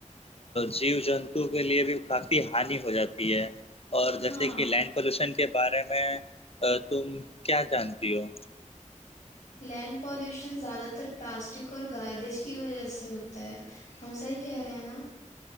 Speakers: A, on the left; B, on the left.
A: جیو جنتو کے لیے بھی کافی ہانی ہو جاتی ہے اور جیسے
B: ہاں
A: کہ لینڈ پولوشن کے بارے میں تم کیا جانتی ہو
B: لینڈ پولیوشن زیادہ تر پلاسٹک اور گاربیج کی وجہ سے ہوتا ہے ہم صحیح کہہ رہے ہیں نا